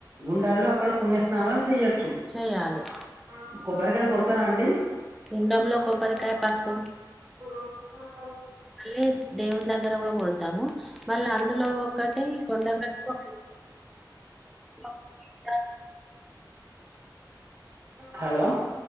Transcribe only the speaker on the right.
గుండాల్లో అక్కడ పుణ్యస్నానాలు చేయొచ్చు
చూ కొబ్బరికాయలు కొడతారా అండి
ఆ
హలో